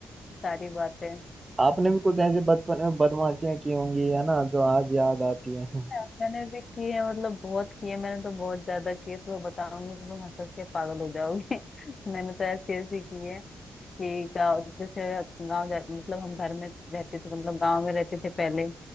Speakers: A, on the left; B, on the right.
A: सारी बातें
B: आपने भी कुछ ऐसे बचपन में बदमाशियां की होंगी है ना जो आज याद आती है
A: यार, मैंने भी किए हैं, मतलब बहुत किए मैंने तो बहुत ज्यादा किए तो बताऊंगी तो तुम हंस हंस के पागल हो जाओगे <laughs> मैंने तो ऐसे ऐसे किए कि गाँव जैसे गाँव जा- मतलब हम घर में रहते थे मतलब गाँव में रहते थे पहले